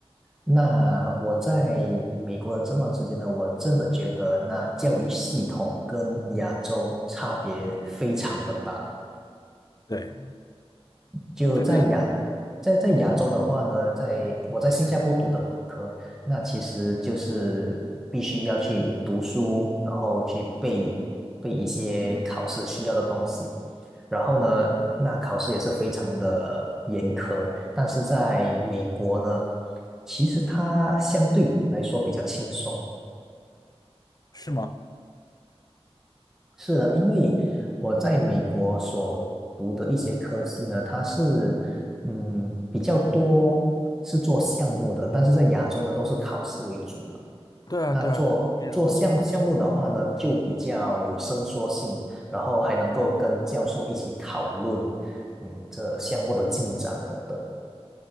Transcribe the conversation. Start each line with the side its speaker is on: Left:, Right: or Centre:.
Centre: 那我在美国的这段时间呢，我真的觉得那教育系统跟亚洲差别非常的大。
Left: 对，
Centre: 就在亚，
Left: 这边，
Centre: 在在亚洲的话呢，在我在新加坡读的本科，那其实就是必须要去读书，然后去背背一些考试需要的东西，然后呢，那考试也是非常的严苛，但是在美国呢，其实它相对来说比较轻松。
Left: 是吗？
Centre: 是的，因为我在美国所读的一些科系呢，它是嗯比较多是做项目的，但是在亚洲呢都是考试为主嘛。
Left: 对啊，
Centre: 那做做项项目的话呢，
Left: 对啊，一点都是考试。
Centre: 就比较有伸缩性，然后还能够跟教授一起讨论，嗯，这项目的进展等等。